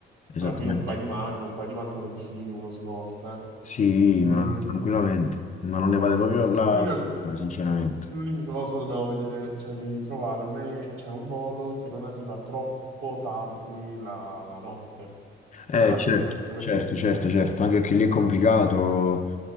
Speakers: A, on the left (about 40°); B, on the right (about 75°).
A: esattamente.
B: Alla fine un paio di maglie, un paio di pantaloncini uno si porta,
A: Sì,
B: eh.
A: ma
B: E
A: tranquillamente, ma non ne vale proprio la
B: L'unica cosa...
A: pena, sinceramente.
B: L'unica cosa dobbiamo vedere, cioè di trovare un, e- cioè, un volo che non arriva troppo tardi la, la notte,
A: Eh,
B: cioè la
A: certo,
B: sera, anche perché...
A: certo, certo, certo, anche perché lì è complicato